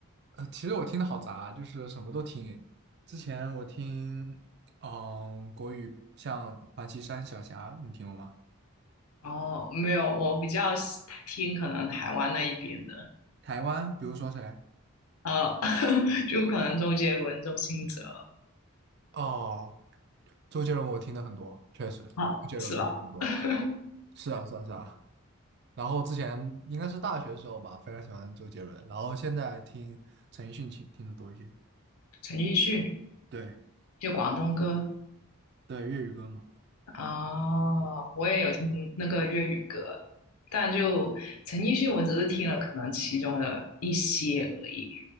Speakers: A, on the right; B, on the left.
A: 呃，其实我听的好杂，就是什么都听。之前我听，嗯、国语像王岐山、小霞，你听过吗？
B: 哦，没有，我比较喜听可能台湾那一边的，
A: 台湾，比如说谁？
B: 呃，<laughs> 就可能周杰伦、周兴哲，
A: 哦，周杰伦，我听的很多，确实，周杰伦听的很多。
B: 啊，是吧？<laughs>
A: 是啊，是啊，是啊。然后之前应该是大学的时候吧，非常喜欢周杰伦，然后现在听陈奕迅听听的多一些。
B: 陈奕迅，
A: 对
B: 就广东歌。
A: 对，粤语歌嘛。
B: 哦，我也有听那个粤语歌，但就陈奕迅，我只是听了可能其中的一些而已。